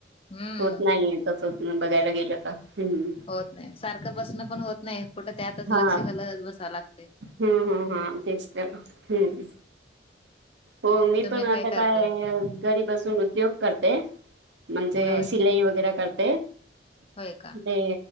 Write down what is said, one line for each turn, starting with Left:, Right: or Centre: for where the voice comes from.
Left: हम्म
Right: होत नाहीय तस होत बघायला गेलं तर हम्.
Left: होत नाही सारखं बसणं पण होत नाही. कुठं त्यातच
Right: हा
Left: लक्ष घालत बसावं लागते
Right: हम्म हम्म हम तेच तर हम्म. हो मी
Left: तुम्ही
Right: पण आता
Left: काय करताय
Right: काय? घरी बसून उद्योग करते म्हणजे
Left: होय
Right: शिलाई वगैरे करते.
Left: होय का?
Right: ते,,